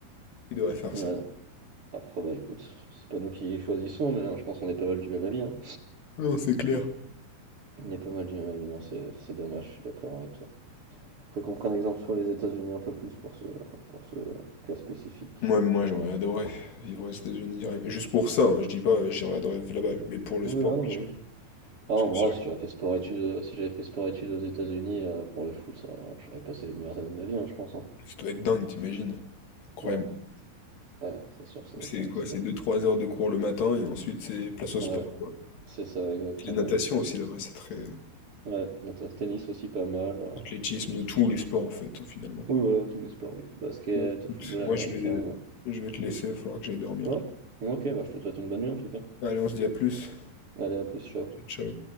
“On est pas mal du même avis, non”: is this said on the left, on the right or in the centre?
Right